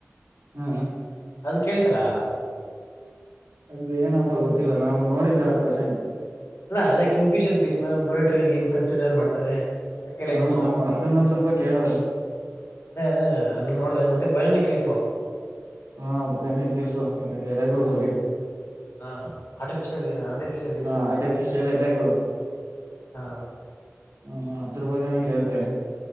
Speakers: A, on the right (about 80°); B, on the left (about 80°).
A: ಹಾ
B: ಅದು ಕೇಳ್ತಾರಾ
A: ಅ ಏನಪ್ಪ ಗೊತ್ತಿಲ್ಲ ನಾವು ನೋಡಿದ ಅಕಷನ.
B: ಅಲ್ಲಾ ಅದೇ ಕಿಂಗ್ ಫಿಶರ್ ಬಕ್ನಾ ಬುಲೆಟ್ರ ಏನ್ ಕನ್ಸಿಡರ್ ಮಾಡ್ತಾರೆ. ಕೇಳಿದ್ದಲ್ಲ
A: ಹ
B: ಅವ
A: ಅದನ್ನೊಂದ್ ಸ್ವಲ್ಪ ಕೇಳವ್ರಿ
B: ಅದೇ ಅದೇ ಅದು ನೋಡ್ರೆ ಮತ್ತೆ. ಬಯಾನಿಕಲಿಫ.
A: ಹಾ <unintelligible> ಎಲ್ಲಗ ಹೋಗಗೆ.
B: ಹಾ ಆರ್ಟಿಫಿಷಲ್ ಆರ್ಟಿಫಿಶಿಯಲ್ ಲೀಫ್ಸ್.
A: ಹ ಆರ್ಟಿಫಿಶಿಯಲ್ ಎಲೆಗಳು
B: ಹಾ.
A: ಹ್ಮ ಅದ್ರ ಬಗ್ಗೆನ ಕೇಳ್ತೆೇನೆ.